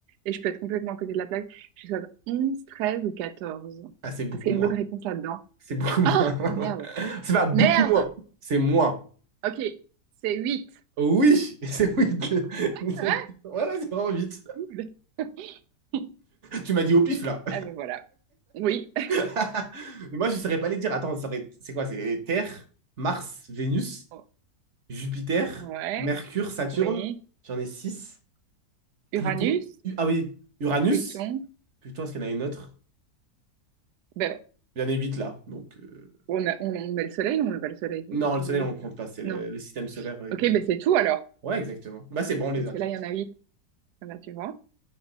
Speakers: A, on the right; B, on the right.
A: Et je peux être complètement à côté de la plaque. Je sais pas, 11, 13 ou quatorze.
B: Ah, c'est beaucoup
A: Est-ce qu'il
B: moins.
A: y a une bonne réponse là-dedans?
B: C'est beaucoup moins.
A: Ah!
B: <laughs>
A: Ah, merde.
B: c'est pas beaucoup
A: Merde!
B: moins, c'est moins.
A: Ok, c'est huit.
B: Oui, <laughs> c'est oui. <laughs>
A: Ouais, c'est vrai?
B: Ouais, ouais, c'est vraiment vite.
A: Cool. <laughs>
B: Tu m'as dit au pif là.
A: Ah ben voilà. Oui.
B: <laughs> Mais Moi, je saurais pas les dire. Attends, ça aurait- c'est quoi? C'est Terre, Mars, Vénus,
A: <laughs>
B: Jupiter,
A: Ouais,
B: Mercure, Saturne.
A: oui.
B: J'en ai six. Pluton.
A: Uranus,
B: U- Ah oui, Uranus.
A: Pluton.
B: Pluton, est-ce qu'il y en a une autre?
A: Ben,
B: Il y en a huit là. Donc, euh,
A: On a, on, on met le soleil ou on met pas le soleil? C'est
B: non,
A: une question
B: le Soleil,
A: de huit,
B: on ne compte
A: ça.
B: pas. C'est le,
A: Non.
B: le système solaire. euh,
A: Ok,
B: il y a
A: ben
B: pas le
A: c'est
B: Soleil.
A: tout alors.
B: Ouais, exactement. Bah, c'est bon, on les
A: Parce
B: a
A: que
B: toutes.
A: là, il y en a huit. Ah bah, tu vois,